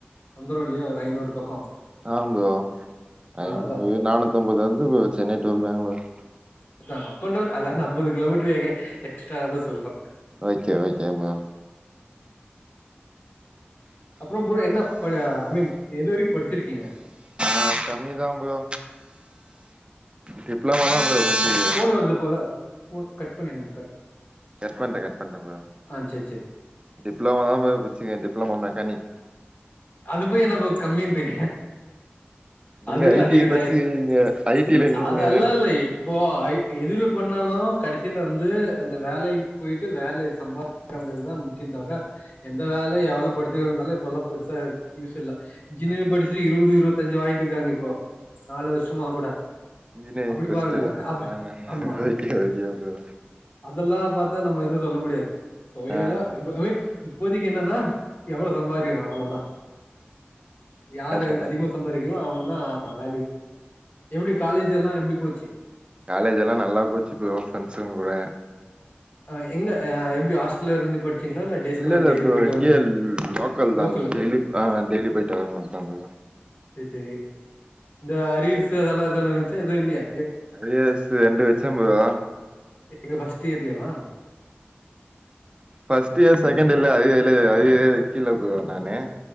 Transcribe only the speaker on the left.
வந்துரு இல்லியா ஒரு ஐநூறு பக்கோ
ஆ
அதா
அதா அப் அண்ட் டவுன் அதா எனா அம்பது கிலோமீட்டர் எங்க எக்ஸ்ட்ராவா சொல்னு
அப்புறோ ப்ரோ என்ன ப ஐ மீன் எது வரிக் படிச்சிருக்கீங்க
போன் வருது போல போன் கட் பண்ணிருங்க கட்
ஆ சரி சரி
அது போய் என்ன ப்ரோ கம்மின்றீங்க
அதுவே
அதிக
தா இப்ப
இல்ல
அது அல்லா இல்லயே இப்போ ஐ எதுல பண்ணாலு கடசில வந்து அந்த வேலைக்கு போய்ட்டு வேல சம்பா றவங்களுக்தா முக்கியந்தவர எந்த வேல எவ்வளோ படிச்சிருக்கோன்னலா இப்போல்லா பெருசா ப யூஸ் இல்ல இன்ஜினியர்
படிச் இருவது இருவத்தஞ்சு வாங்கிட்ருக்காங்க இப்போ நாலு வருஷமா கூட
அப்படி
பாருங்க அப்ப
ஆமா
அதெல்லா பாத்தா நம்ம எதுவு சொல்ல முடியாது தொவயலா
ப ஐ மின் இப்போதைக்கு என்னன்னா எவ்ளோ சம்பாரிகணு அவளதா யாரு
அ
அதிகமா சம்பாரிக்கங்ளோ அவங்கதா வேல்யூ எப்டி காலேஜ்லா எப்டி போச்சு
அ எங்க ஆ எப்டி ஹாஸ்டல்ல இருந்து படிச்சீங்ளா இல்ல டே ஸ்காலர்
டெய்லி
போயிட்டு
வர
லோக்கல்ல
செரி செரி இந்த அரியர்சு அதெல்லா அதா இருன்சா எது இல்லியா
எது ஃபஸ்ட் இயர்லயேவா